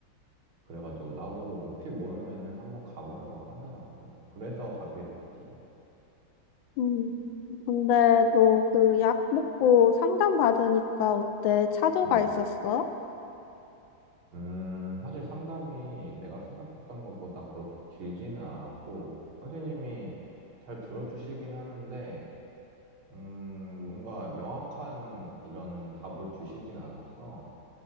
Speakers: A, on the right; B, on the left.
A: 그래가지고 나보고 혹시 모르면은 한번 가보라고 하더라고. 그래서 가게 됐지.
B: 음. 근데 너 그 약 먹고 상담 받으니까 어때? 차도가
A: 음.
B: 있었어?
A: 음, 사실 상담이 내가 생각했던 것보다 그렇게 길지는 않았고, 선생님이 잘 들어주시긴 하는데, 음, 뭔가 명확한 이런 답을 주시진 않았어.